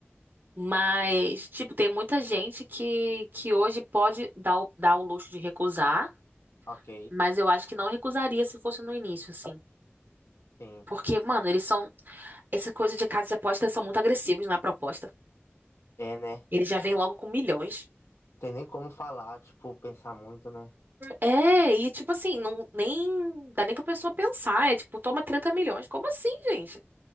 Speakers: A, on the right; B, on the left.
A: mas tipo, tem muita gente que que hoje pode dar o, dar o luxo de recusar,
B: Ok,
A: mas eu acho que não recusaria se fosse no início, assim.
B: sim.
A: Porque, mano, eles são essa coisa de casas de apostas são muito agressivos na proposta.
B: É, né?
A: Eles já vêm logo com milhões.
B: Tem nem como falar, tipo, pensar muito, né?
A: É, e tipo assim, não nem dá nem pra pessoa pensar. É tipo, toma 30 milhões. Como assim, gente?